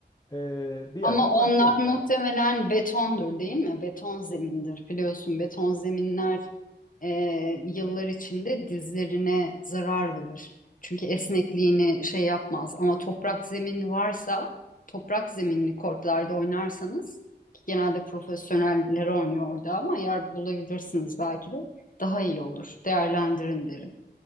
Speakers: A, on the left; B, on the left.
A: ee, bir
B: Ama
A: yerden
B: onlar
A: başlayalım
B: muhtemelen
A: yani
B: betondur değil mi? Beton zemindir. Biliyorsun beton zeminler e, yıllar içinde dizlerine zarar verir. Çünkü esnekliğini şey yapmaz. Ama toprak zemin varsa, toprak zeminli kortlarda oynarsanız, ki genelde profesyoneller oynuyor orada ama yer bulabilirsiniz belki de, daha iyi olur. Değerlendirin derim.